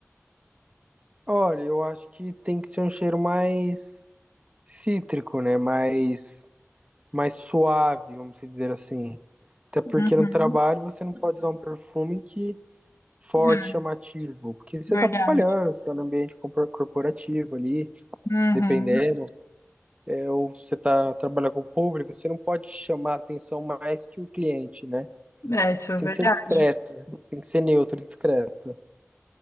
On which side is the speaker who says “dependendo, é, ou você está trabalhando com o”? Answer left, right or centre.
Right